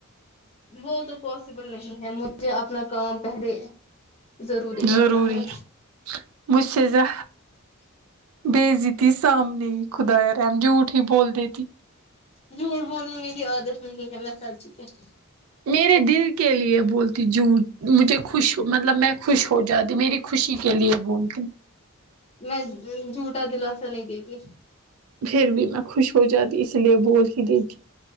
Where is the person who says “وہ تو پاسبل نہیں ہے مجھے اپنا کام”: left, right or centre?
Left